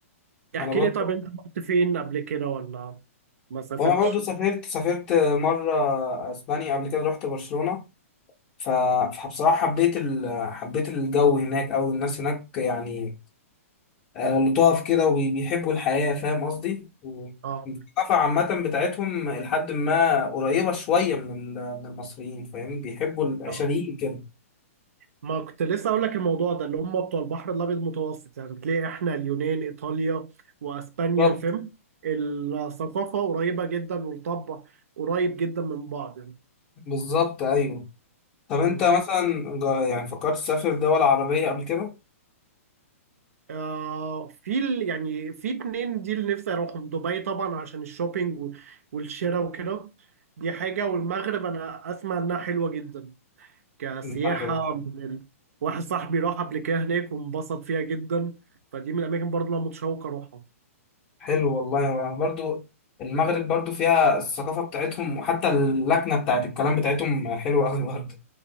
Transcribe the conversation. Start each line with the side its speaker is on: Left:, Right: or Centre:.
Right: احكي
Left: انا برضو
Right: لي طب انت رحت فين قبل كده ولا ما سافرتش
Left: وانا برضو سافرت سافرت مره اسبانيا قبل كده رحت برشلونه ف- فبصراحه حبيت ال... حبيت الجو هناك او الناس هناك يعني آه، لطاف كده وبيحبوا الحياة فاهم قصدي؟ و-
Right: اه
Left: الثقافة عامة بتاعتهم لحد ما قريبة شوية من ال- من المصريين فاهم؟ بيحبوا العشريين
Right: اه
Left: كده
Right: ما كنت لسه اقول لك الموضوع ده اللي هم بتوع البحر الابيض المتوسط يعني تلاقي احنا اليونان ايطاليا واسبانيا
Left: بالظبط
Right: فاهم الثقافه قريبه جدا والطب قريب جدا من بعض
Left: بالظبط أيوه طب أنت
Right: يعني.
Left: مثلا جا- يعني فكرت تسافر دول عربية قبل كده؟
Right: آه في ال... يعني في اتنين دي اللي نفسي اروحهم دبي طبعا عشان الشوبينج و- والشراء وكده دي حاجة والمغرب انا اسمع انها حلوة جدا كسياحة
Left: المغرب أيوه
Right: من ال... واحد صاحبي راح قبل كده هناك وانبسط فيها جدا فدي من الاماكن برضه اللي انا متشوق اروحها
Left: حلو والله يعني برضو المغرب برضو فيها الثقافة بتاعتهم وحتى اللكنة بتاعت الكلام بتاعتهم حلوة أوي برضو